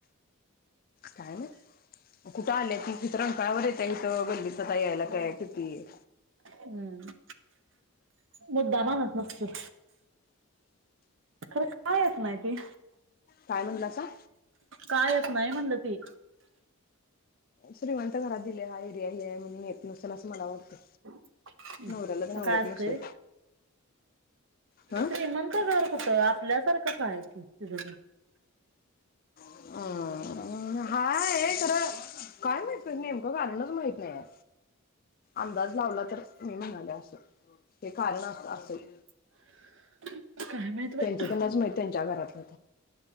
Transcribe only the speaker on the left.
काय माहित मग कुठे आले ती इथं रंकाळ्या वर येत्या. त्या इथं गल्लीच आता यायला काय किती?
काय म्हणलासा?
श्रीमंत घरा दिले हाय हा एरिया हे हाय म्हणून येत नसल असं मला वाटतं.
नवऱ्याला तेन आवडत
नसल
हं
अ हा हाय खरं. काय माहित बाई नेमकं कारणच माहत नाही अंदाज लावला तर. ''मी म्हणाले असे हे कारण अस असेल.
त्यांच्या त्यांनाला च माहिती त्यांच्या घरातलं